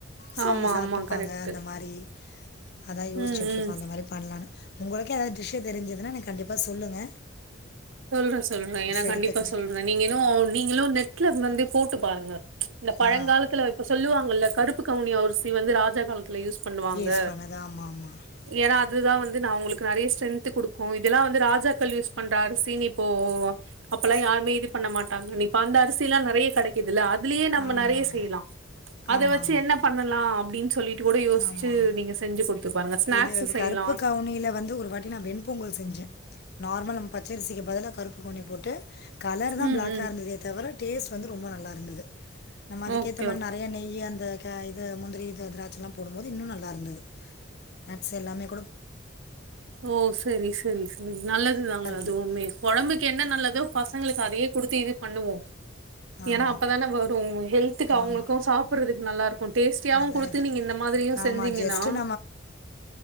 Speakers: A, on the left; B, on the right.
A: சோ
B: ஆமா
A: அவங்க சாப்டுப்பாங்க
B: ஆமா கரெக்ட்
A: அந்த மாதிரி அதான் யோசிச்ட்டு
B: ம் ம்
A: இருக்கோ அந்த மாதிரி உங்களுக்கே அதாவ விஷய தெரிஞ்சதுன்னா எனக்கு கண்டிப்பாக சொல்லுங்க
B: சொல்றேன் சொல்றேன் ஏன்னா கண்டிப்பா
A: எடுத்துக்கிறேன்
B: சொல்றேன் நீங்க நீங்களு நெட்ல வந்து கூட்டு பாருங்க இந்த பழங்காலத்துல
A: ஆ
B: இப்ப சொல்லுவாங்கல்ல கருப்பு கவுனி அவசி வந்து ராஜாகால யூஸ் பண்ணுவாங்க
A: யூஸ் பண்ணது ஆமாம் ஆமாம்
B: ஏன்னா அதுதான் வந்து நான் உங்களுக்கு நிறைய ஸ்ட்டென்த் குடுக்கு இதெல்லா வந்து ராஜாக்கள் யூஸ் பண்ற அரிசி ப்போ அப்பெல்லாம் யாருமே இது பண்ண மாட்டாங்க இப்ப அந்த அரிசில்லாம் நிறைய கிடைக்குது அதுலயே நம்ம
A: ஆமாம்
B: நிறைய செய்யலாம் அத
A: ஆமாம்
B: வச்சு
A: ஆமாம்
B: என்ன பண்ணலாம் அப்படின்னு சொல்லிட்டு கூட யோசிச்சு
A: ஆமாம்
B: நீங்க செஞ்சு கொடுத்து பாருங்க ஸ்நாக்ஸ்
A: இது
B: செய்யலாம்
A: கருப்பு கவுனியில் வந்து ஒரு வாட்டி நான் வெண்பொங்கல் செஞ்சேன் நார்மல் நம் பச்சரிக்கு பதிலாக கருப்பு கௌனி போட்டு ட்டு கலர் தான்
B: ம்
A: பிளாக்கா
B: ம்
A: இருந்ததே தவிர டேஸ்ட் வந்து ரொம்ப நல்லா இருந்தது நம்ம அதுக்கேத்த
B: ஓகே
A: மாதிரி நிறைய நெய் அந்த இது முந்திரி இது திராச்சலாம் போடும்போது இன்னும் நல்லா இருந்தது நட்ஸ் எல்லாமே கூட
B: ஓ சரி சரி சரி நல்லது தாங்க
A: போட்டுதான் இருக்கேன்
B: அதுவுமே உடம்புக்கு என்ன நல்லது பசங்களுக்கு அதையே கொடுத்து இது பண்ணுவோ
A: ஆமாம்
B: ஏன்னா அப்பதானே வரும் ஹெல்த்துக்கு அவங்களுக்கு
A: ஆமாம்
B: சாப்பிடுறதுக் நல்லா இருக்கு டேஸ்டியாவும்
A: அதாவது
B: குடுத்து நீங்க இந்த மாதிரியும்
A: ஆமாம்
B: செஞ்சீங்கன்னா
A: ஜஸ்ட்டு